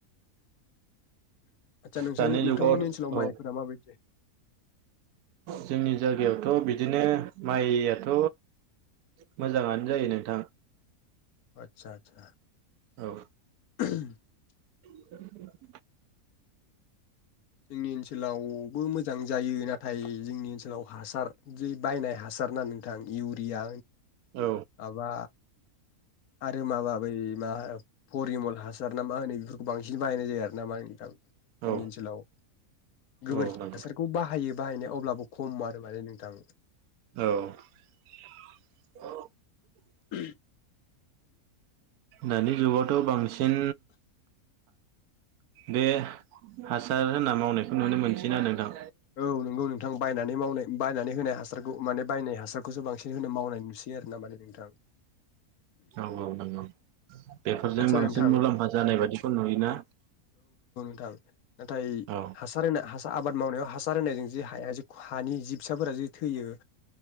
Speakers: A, on the left (about 75°); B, on the right (about 85°).
A: आदसा नोंथां
B: दानि
A: नोंथांमोननि
B: जुगाव
A: ओनसोलाव
B: औ
A: माइफोरा माबायदि?
B: जोंनि जायगायावथ' बिदिनो माइयाथ' मोजाङानो जायो नोंथां
A: आतसा आतसा
B: औ
A: <inaudible>
B: <inaudible>
A: जोंनि ओनसोल लावबो मोजां जायो नाथाय जोंनि ओनसोलाव हासार जि बायनाय हासार ना नोंथां इउरिया
B: औ
A: माबा आरो माबा बै मा परिमल हासार ना मा होनो बेफोर बांसिन बाहायनाय जाया नामा नोंथां जोंनि
B: औ
A: ओनसोलाव गोबोरखि
B: औ नंगौ
A: हासारखौ बाहायो बाहायनाया अब्लाबो खम आरो माने नोंथां
B: औ
A: <inaudible>
B: दानि जुगावथ' बांसिन बे हासार होनना मावनायखौ नुनो मोनसैना नोंथां
A: औ नंगौ नोंथां बायनानै मावनाय बायनानै होनाय हासारखौ माने बायनाय हासारखौसो बांसिन होनो मावनाय नुसै आरोना माने थां
B: औ औ नंगौ बेफोरजों
A: आदसा
B: बांसिन
A: नोंथां
B: मुलाम्फा जानाय बादिखौ नुयोना
A: थां नाथाय
B: औ
A: हासार होना हा आबाद मावनायाव हासार होनायजों जि हाया जि हानि जि फिसाफोरा जि थैयो